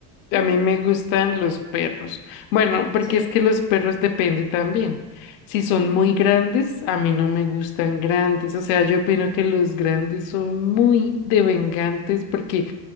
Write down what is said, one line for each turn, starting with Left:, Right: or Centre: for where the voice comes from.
Left: a
Centre: Ujú,
Left: mí me gustan los perros. Bueno, porque
Centre: sí,
Left: es que los perros depende también. Si son
Centre: ujú,
Left: muy grandes, a mí no me gustan grandes. O sea, yo opino que los grandes son muy devengantes porque